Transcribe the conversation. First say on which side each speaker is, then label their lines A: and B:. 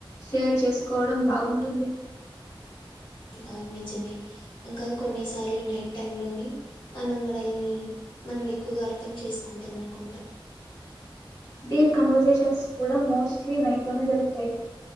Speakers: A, on the left; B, on the left.
A: షేర్ చేసుకోవడం బాగుంటుంది
B: అవును నిజమే ఇంకా కొన్నిసార్లు నైట్ టైమ్ లోని మనం మనల్ని మనం ఎక్కువగా అర్థం చేసుకుంటాం అనుకుంటా
A: డీప్ కన్వర్సేషన్స్ కూడా మోస్ట్లీ నైట్ లోనే జరుగుతాయి